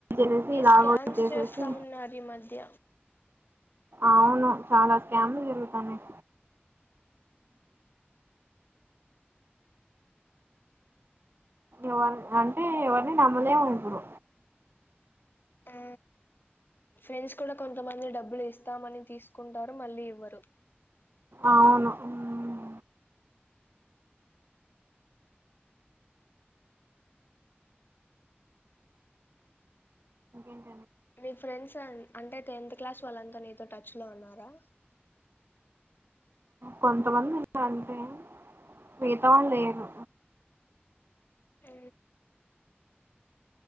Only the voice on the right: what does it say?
చేసి లాగౌట్
చేసేసి
అవును చాలా స్కామ్లు జరుగుతానయి ఎవరి అంటే ఎవరిని నమ్మలేం ఇప్పుడు
అవును హ్మ్ ఇంకేం
కొంతమంది ఉన్నారు అంతే మిగతా వాళ్ళు లేరు